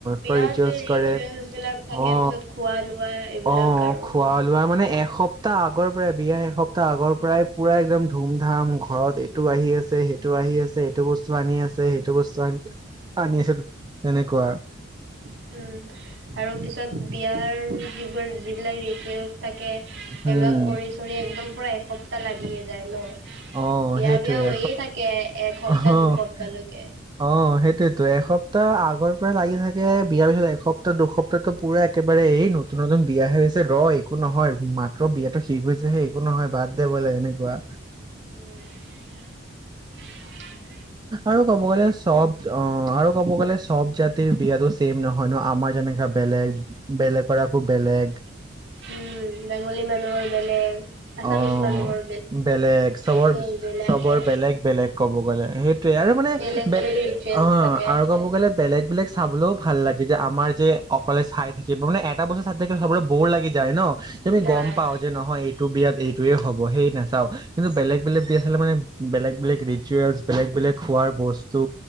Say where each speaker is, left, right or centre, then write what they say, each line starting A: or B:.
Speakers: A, on the right (about 20°); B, on the right (about 65°).
A: পুৰা
B: বিয়াত
A: ৰিচুৱেলছ
B: ৰিচুৱেলচ
A: কৰে
B: বিলাক থাকে
A: অ
B: পিছত খোৱা লোৱা এইবিলাক
A: অ
B: আৰু
A: খোৱা লোৱা মানে এসপ্তাহ আগৰ পৰাই বিয়া এসপ্তাহ আগৰ পৰাই পুৰা একদম ধুম ধাম ঘৰত এইটো আহি আছে সেইটো আহি আছে এইটো বস্তু আনি আছে সেইটো বস্তু আনি -আনি আছে তেনেকুৱা।
B: উম', আৰু পিছত বিয়াৰ যিবোৰ যিবিলাক ৰিচুৱেলচ থাকে সেইবিলাক
A: উম
B: কৰি চৰি একদম পূৰা এসপ্তাহ লাগি যায় ন।
A: অ',
B: বিয়া
A: সেইটয়ে
B: বিয়া হৈয়ে থাকে এসপ্তাহ
A: অ', -
B: দুসপ্তাহলৈকে।
A: অ', সেইটো সেইতো এসপ্তাহ আগৰ পৰা লাগি থাকে বিয়াৰ পিছত এসপ্তাহ দুসপ্তাহো পুৰা একেবাৰে এই নতুন - নতুন বিয়াহে হৈছে ৰ একো নহয় মাত্ৰ বিয়াতো শিক গৈছেহে একো নহয় বাদ দে বোলে এনেকুৱা।
B: উম',
A: আৰু ক'ব গ'লে চব অ ', আৰু ক'ব গ'লে সব জাততিৰ বিয়াটো ছেম নহয় ন আমাৰ জেনেকা বেলেগ -বেলেগৰ আকৌ বেলেগ।
B: উম', বেংগলী মানুহৰ বেলেগ, আছামিছ
A: অ',
B: মানুহৰ
A: বেলেগ চবৰ-
B: সেইবিলাকে।
A: চবৰ বেলেগ- বেলেগ ক'ব গলে সেইটয়ে আৰু মানে
B: বেলেগ বেলেগ
A: বেলে
B: ৰিচুৱেলচ
A: অ',
B: থাকে
A: আৰু ক'ব গ'লে বেলেগ - বেলেগ চাবলৈও ভাল লাগে যে আমাৰ যে অকলে চাই থাকিবলে এটা বছৰ চাই থাকে চাবলৈ বৰ লাগি যায় ন। যে আমি
B: নাই
A: গম পাও যে নহয় এইটো বিয়াত এইটোয়ে হ'ব সেই নাচাও কিন্তু বেলেগ -বেলেগ বিয়া চালে মানে বেলেগ- বেলেগ ৰিচুৱেলছ বেলেগ- বেলেগ খোৱাৰ বস্তু